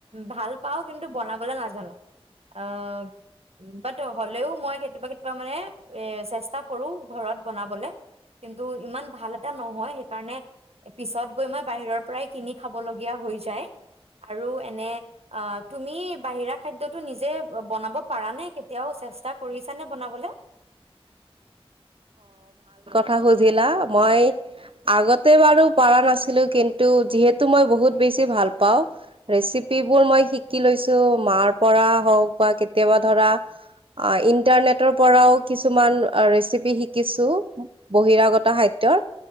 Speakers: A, on the right; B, on the right.
A: ভাল পাওঁ। কিন্তু বনাবলৈ নাজানো। অ'। বাত হ'লেও মই কেতিয়াবা কেতিয়াবা মানে এ চেষ্টা কৰোঁ, ঘৰত বনাবলে। কিন্তু ইমান ভাল এটা নহয়। সেইকাৰণে পিছত গৈ মই বাহিৰৰ পৰাই কিনি খাবলগীয়া হৈ যায়। আৰু এনে, আহ, তুমি বাহিৰা খাদ্য টো নিজে বনাব পাৰা নে? কেতিয়াও চেষ্টা কৰিছা নে বনাবলে?
B: থা সুধিলা। মই আগতে বাৰু পাৰা নাছিলোঁ। কিন্তু যিহেতু মই বহুত বেছি ভাল পাওঁ ৰেচিপিবোৰ মই শিকি লৈছোঁ, মাৰ পৰা হওক বা কেতিয়াবা, ধৰা, ইণ্টাৰনেটৰ পৰাও কিছুমান ৰেচিপি শিকিছোঁ বহিৰাগত খাদ্যৰ।